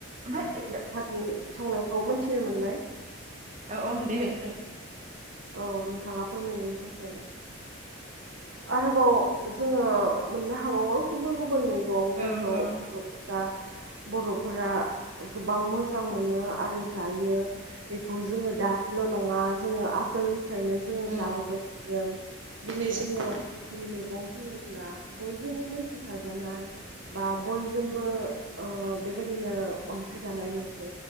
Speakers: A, on the right; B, on the right.
A: ओमफ्राय
B: निथांनि संनायखौ मोनथिनो मोनबाय
A: औ-औ
B: उम
A: दे
B: गोजोननाय
A: नोंथां
B: औ नोंथाङा फोरमायनायनि थाखाय आरोबाव जोङो मोननो हाबावो गुबुन-गुबुन मै गं
A: ओं
B: जायखौ
A: ओं
B: बर'फोरा बर'फोरा गोबां मोजां मोनो आरो जायो बेखौ जोङो दानिल' नङा जोङो आगोलनि फ्रायनो जोङो
A: उम
B: जाबोबाय थादों दिनै
A: उम
B: जोङो खरनि मैगं होनोब्ला बयजोंबो मोनथिसाजानाय बा बयजोंबो ओ बेबायदिनो अनसायजानाय मोनसे